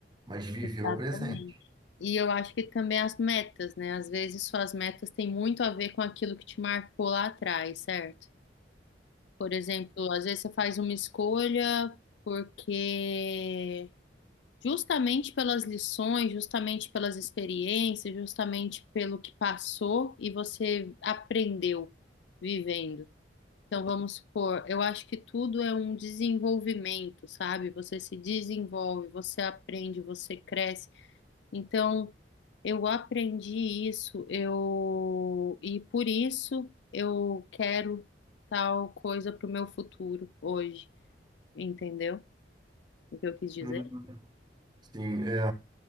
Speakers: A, on the right; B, on the left.
A: mas viver
B: exatamente.
A: o presente.
B: E eu acho que também as metas, né? Às vezes suas metas têm muito a ver com aquilo que te marcou lá atrás, certo? Por exemplo, às vezes você faz uma escolha porque justamente pelas lições, justamente pelas experiências, justamente pelo que passou e você aprendeu vivendo. Então, vamos supor, eu acho que tudo é um desenvolvimento, sabe? Você se desenvolve, você aprende, você cresce. Então, eu aprendi isso, eu e por isso eu quero tal coisa para o meu futuro hoje, entendeu? O que eu quis dizer?
A: Hum, Sim, é.